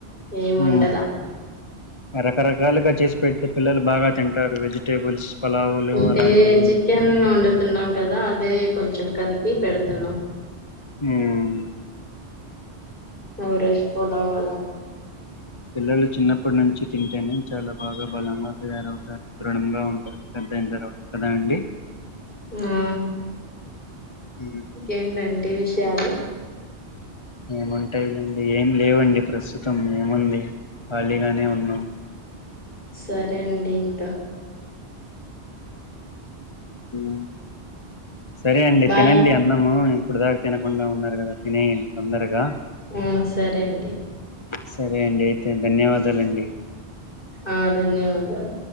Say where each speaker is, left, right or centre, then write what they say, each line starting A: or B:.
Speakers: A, on the left; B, on the left.
A: ఏం
B: హు
A: వండలా
B: రకరకాలుగా చేసి పెడితే పిలల్లకూ బాగా తింటారు వెజిటేబుల్స్ పలావులు
A: అంటే
B: అలాంటివి
A: చికెన్ వండుతున్నాం కదా అదే కొంచెం కలిపి పెడుతున్నాం
B: మ్
A: మ రష్ పోదమల
B: పిల్లలు చిన్నప్పటి నుంచి తింటేనే చాలా బాగా బలంగా తయారవుతారు దృడంగా పెద్ద అయిన తర్వాత కదా అండి
A: ఆ
B: ఉమ్
A: ఇంకేంటండి విషయాలు
B: ఏముంటాయి లేండి ఏం లేవండి ప్రస్తుతం ఏముంది ఖాళీగానే ఉన్నాం
A: సరే అండి ఇంక
B: మ్ సరే అండి
A: బాయ్
B: తినండి అన్నము ఇప్పుడుదాకా తినకుండా ఉన్నారు కదా తినేయండి తొందరగా
A: ఆ సరే అండి
B: సరే అండి అయితే ధన్యవాదాలండి
A: ఆ ధన్యవాదాలు